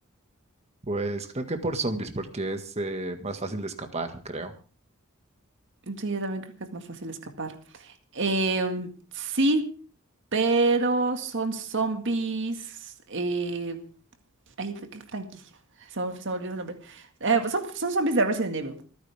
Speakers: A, on the right; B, on the right.
A: Pues creo que por zombies, porque es eh, más fácil de escapar, creo.
B: Sí, yo también creo que es más fácil escapar. Em, sí, pero son zombies. Eh, ay, ¿de qué franquicia? Se me, se me olvidó el nombre. Eh, pues son, son zombies de Resident Evil,